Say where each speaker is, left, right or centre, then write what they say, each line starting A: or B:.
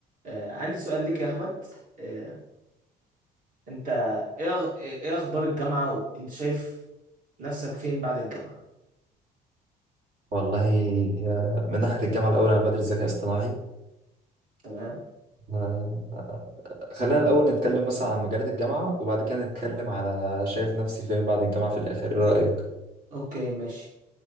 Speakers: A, on the right; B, on the right.
A: آه، عندي سؤال ليك يا أحمد آه، أنت إيه أغ- إيه أخبار الجامعة وأنت شايف نفسك فين بعد الجامعة
B: والله آه، من ناحية الجامعة الأول أنا بدرس ذكاء اصطناعي
A: تمام
B: آه، خلينا الأول نتكلم مثلا عن مجالات الجامعة وبعد كده نتكلم على شايف نفسي فين بعد الجامعة في الآخر إيه رأيك؟
A: أوكي ماشي